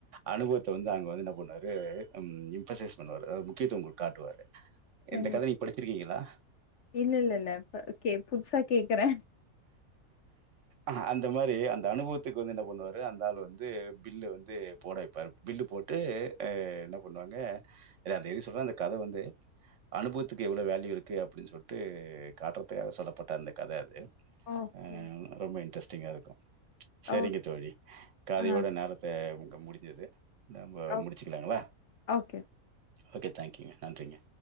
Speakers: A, on the right; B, on the left.
A: அனுபவுத்த வந்து அங்க வந்து என்ன போனாரு ம் இம்பசைஸ் பண்ணுவாரு அதா முக்கியத்துவோ உங்ளுக் காட்டுவாரு
B: கண்டிப்
A: இந்த கத நீங்க படிச்சிருக்கீங்களா?
B: இல்லில்லில்ல இப்ப கே புதுசா கேக்கறே
A: அஹ அ ந்த மாரி அந்த அனுபவுத்துக்கு வந்து என்ன பண்ணுவாரு அந்த ஆளு வந்து பில்ல வந்து போட வெப்பாரு பில்லு போட்டு அ என்ன பண்ணுவாங்க இல்ல அந்த எதுக் சொல்றே அந்த கத வந்து அனுபவுத்துக்கு எவ்ளோ வேல்யூ இருக்கு அப்டின் சொல்ட்டு காட்றத்துக்காக சொல்லப்பட்ட அந்த கத அது
B: ஓகே
A: அ ரொம்ப இன்ட்ரெஸ் டிங்கா இருக்கு செரிங்க
B: ஓ
A: தோழி கதையோட
B: ஆ
A: நேரத்த கம் முடிஞ்சிது நம்ப
B: ஓ
A: முடிச்சிக்லாங்களா
B: ஓகே
A: ஓகே தேங்க்யூங்க நன்றிங்க